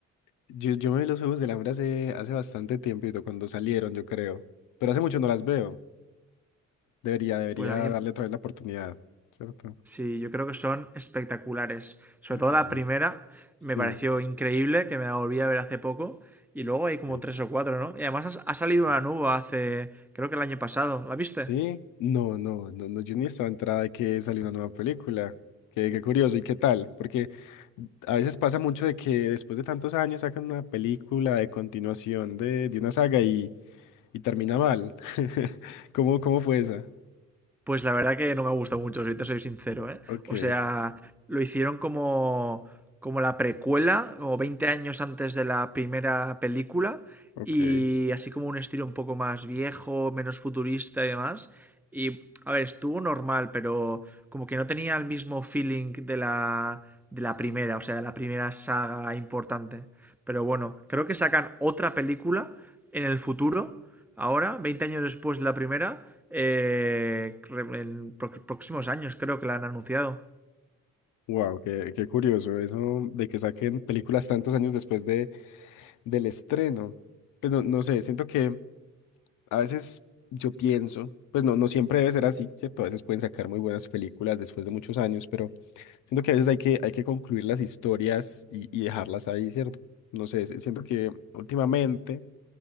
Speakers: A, on the left (about 85°); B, in the centre.
A: Yo, yo me vi los Juegos del Hambre hace, hace bastante tiempo cuando salieron, yo creo. Pero hace mucho no las veo. Debería, debería
B: Pues a mí
A: darle otra vez la oportunidad, ¿cierto?
B: Sí, yo creo que son espectaculares. Sobre
A: Es
B: todo
A: verdad.
B: la primera
A: Sí.
B: me pareció increíble, que me la volví a ver hace poco. Y luego hay como
A: ok,
B: tres o cuatro, ¿no? Y además ha ha salido
A: verdad.
B: una nueva hace, creo que el año pasado. ¿La viste?
A: Sí, no, no, no, no, yo ni estaba enterada de que salió una nueva película. Qué, qué curioso y qué tal, porque a veces pasa mucho de que después de tantos años sacan una película de continuación de, de una saga y, y termina mal. <laughs> ¿Cómo, cómo fue esa?
B: Pues la verdad que no me ha gustado mucho, si te soy sincero, ¿eh?
A: Ok,
B: O sea, lo hicieron como, como la precuela, como 20 años antes de la primera película,
A: ok.
B: y así como un estilo un poco más viejo, menos futurista y demás. Y, a ver, estuvo normal, pero como que no tenía el mismo feeling de la, de la primera, o sea, de la primera saga importante. Pero bueno, creo que sacan otra película en el futuro ahora, 20 años después de la primera, eh, en próximos años creo que la han anunciado.
A: Wow, qué, qué curioso eso de que saquen películas tantos años después de, del estreno. Pues no, no sé, siento que a veces yo pienso, pues no, no siempre debe ser así, ¿cierto? A veces pueden sacar muy buenas películas después de muchos años, pero siento que a veces hay que, hay que concluir las historias y, y dejarlas ahí, ¿cierto? No sé, si- siento que últimamente